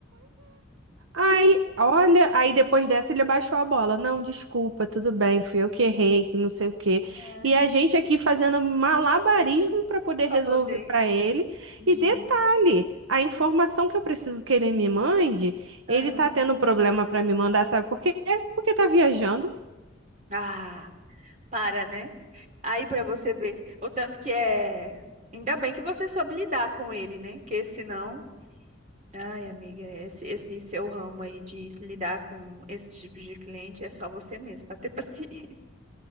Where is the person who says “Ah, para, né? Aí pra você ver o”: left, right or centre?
Right